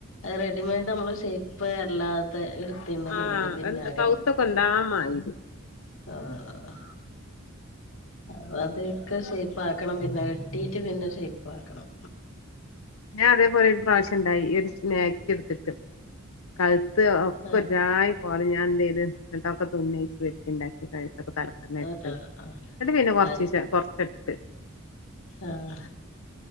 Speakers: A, on the left; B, on the left.
A: റെഡിമെയഡ് നമ്മള് ഷേപ്പ് അല്ലാതെ തിന്നുന്നുണ്ടെങ്കി
B: ആഹ്
A: പിന്നെ ആകെ
B: കൗത്തൊക്കെ
A: പണി
B: എന്താ മാതിരി
A: ആഹ് അപ്പൊ അതൊക്കെ ഷേപ്പ് ആക്കണം പിന്നെ വെട്ടിട്ട് പിന്നെ ഷേപ്പ് ആക്കണം
B: ഞാൻ അതേപോലെ ഒരു പ്രാവശ്യം ഇണ്ടായി ഈ ഒരു മക്സി എടുത്തിട്ട് കഴ്ത്ത് ധ് ഒക്കെ
A: ആഹ്
B: ഒരു ജായി പോലെ ഞാൻ എന്ത് ചെയ്ത് എന്ന്ട്ടൊക്കെ തുന്നയിച്ച് വെട്ടിയുണ്ടാക്കി ക്കെ തല തന്നെ അടിച്ച്
A: ആഹ്
B: എന്നട്ട്
A: ആഹ്
B: പിന്നെ കൊറച്ച്
A: ആഹ്
B: കൊറച്ചെടുത്ത്
A: ആഹ്